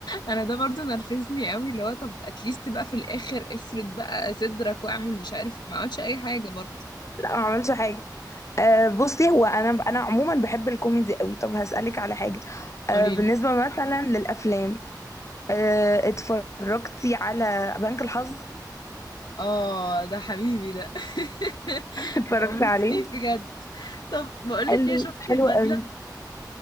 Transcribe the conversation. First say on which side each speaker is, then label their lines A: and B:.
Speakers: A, on the left; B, on the left.
A: انا ده برضو نرفزني قوي اللي هو طب اتليست بقى في الاخر افرد بقى صدرك واعمل مش عارف ما عملتش اي حاجه برضو
B: لا ما عملش حاجه أه بصي هو انا انا عموما بحب الكوميدي قوي طب هسألك على حاجه أه
A: قوليلي
B: بالنسبه مثلا للافلام آه، اتفرجتي على بنك الحظ
A: اه ده حبيبي ده <laughs>
B: اتفرجت
A: بموت
B: عليه
A: فيه بجد طب بقولك
B: حلو
A: ايه شفتي
B: حلو
A: البدله
B: قوي